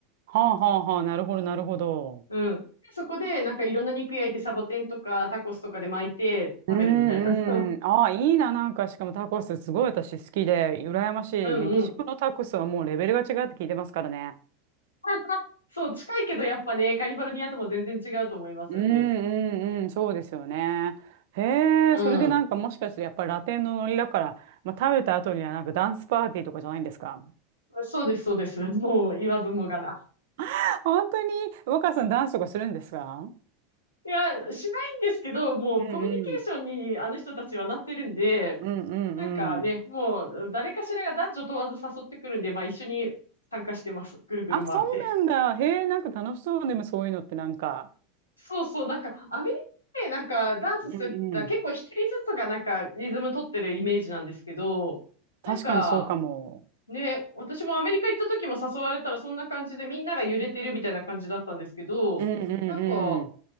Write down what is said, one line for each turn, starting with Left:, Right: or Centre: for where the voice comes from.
Right: はあはあはあ、なるほど、なるほど。
Left: うん。でそこで、なんかいろんな肉焼いて、サボテンとかタコスとかで巻いて食べるみたいな。
Right: うんうん。
Left: <laughs>
Right: ああ、いいな、なんか、しかもタコス、すごい私好きで、羨ましい。
Left: うんうん。
Right: メキシコのタコスはもうレベルが違うって聞いてますからね。
Left: <laughs> そう、近いけどやっぱね、カリフォルニアとも全然違うと思いますよね。
Right: うんうんうん、そうですよね。へえ、
Left: うん。
Right: それでなんかもしかしてやっぱりラテンのノリだから、まあ、食べた後にはなんかダンスパーティーとかじゃないんですか
Left: そうです、そうです。<laughs> もう言わずもがな。
Right: <laughs> 本当に若さんダンスとかするんですか
Left: いや、しないんですけど、もうコミュニケーションにあの人たちはなってるんで、
Right: うんうん。うんうんうん。
Left: なんかね、もう誰かしらが男女問わず誘ってくるんで、まあ一緒に参加してます。ぐるぐる回って。
Right: あ、そうなんだ。へえ、なんか楽しそうね。でもそういうのってなんか。
Left: そうそう、なんかアメリカでなんかダンスする、
Right: うんうん。
Left: 結構一人ずつがなんかリズム取ってるイメージなんですけど、
Right: 確かにそうかも。
Left: なんかね、私もアメリカ行った時も誘われたらそんな感じでみんなが揺れてるみたいな感じだったんですけど、
Right: うんうんうん。
Left: なんか、